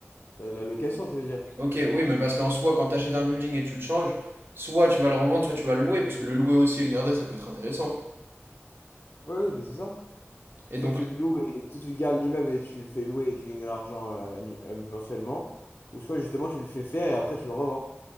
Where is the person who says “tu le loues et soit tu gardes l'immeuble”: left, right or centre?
Left